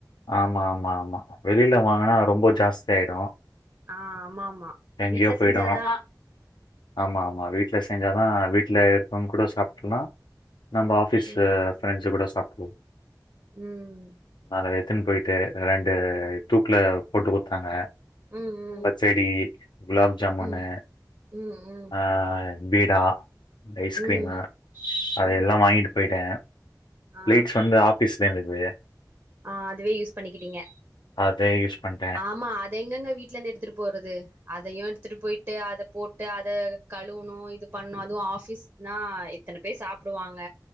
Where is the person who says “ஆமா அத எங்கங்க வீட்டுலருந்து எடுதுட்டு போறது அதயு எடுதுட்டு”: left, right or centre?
Right